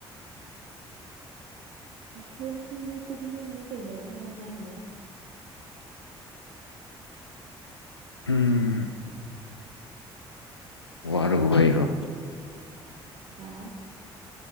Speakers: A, on the right; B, on the left.
A: ꯉꯁꯤꯗꯤ ꯇꯨꯝꯅꯤꯡꯉꯦ ꯀꯩꯗꯧꯕꯩꯅꯣ ꯈꯪꯗꯦ
B: ꯎꯝ ꯋꯥꯔꯨꯕ ꯒꯩꯔꯣ
A: ꯍꯥꯥ